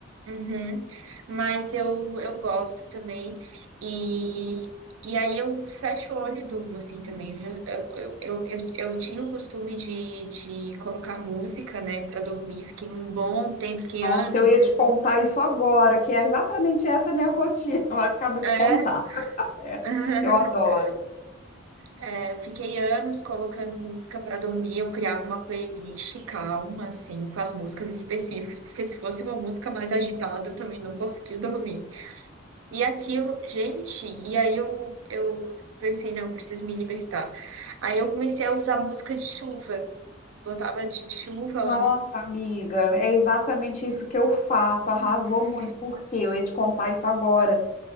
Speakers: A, on the right; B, on the left.
A: Uhum. Mas eu, eu gosto também. E, e aí eu fecho o olho e durmo, assim, também. Eu, já- eu, eu, eu, eu tinha o costume de, de colocar música, né, pra dormir. Fiquei um bom tempo, fiquei
B: Nossa,
A: anos.
B: eu ia te contar isso agora, que é exatamente essa a minha rotina, <laughs> mas acabo
A: É,
B: de contar. É,
A: <laughs>
B: eu adoro.
A: É, eu fiquei anos colocando música pra dormir. Eu criava uma playlist calma, assim, com as músicas específicas, porque se fosse uma música mais agitada, eu também não conseguia dormir. E aquilo, gente, e aí eu, eu pensei, não, eu preciso me libertar. Aí eu comecei a usar música de chuva. Botava de chuva
B: Nossa,
A: lá no.
B: amiga, é exatamente isso que eu faço. Arrasou
A: Uhum.
B: muito, porque eu ia te contar isso agora.